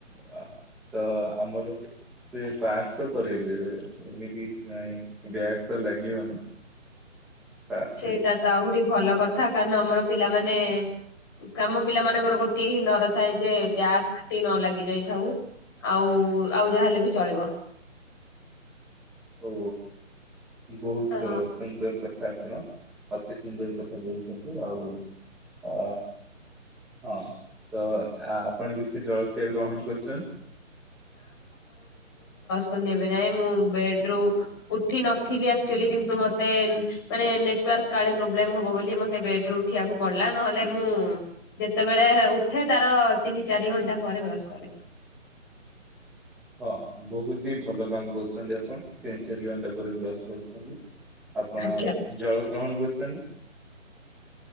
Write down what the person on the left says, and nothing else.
ସେଇଟା
ତ ଆହୁରି ଭଲ କଥା କାରଣ ଆମର ପିଲାମାନେ କାମ ପିଲା ମାନଙ୍କର ଗୋଟିଏ ହିଁ ଡର ଥାଏ ଯେ ବ୍ୟାକ ଟି ନ ଲାଗି ଯାଇଥାଉ। ଆଉ ଆଉ ଯାହା ହେଲେ ବି ଚଳିବ।
ଅ
କରନି ଏବେ ଯାଏଁ ମୁଁ ବେଡ୍ ରୁ ଉଠି ନଥିଲି ଆକଚୁଲି କିନ୍ତୁ ମତେ ମାନେ ନେଟୱାର୍କ କ କାଳେ ପ୍ରୋବ୍ଲେମ ହବ ବୋଲି ମତେ ବେଡ୍ ରୁ ଉଠିଆକୁ ପଡ଼ିଲା ନହଲେ ମୁଁ ଯେତେବେଳେ ଉଠେ ତାର ତିନି ଚାରି ଘଣ୍ଟା ପରେ ବ୍ରସ୍ କରେ।
ଆଜ୍ଞା।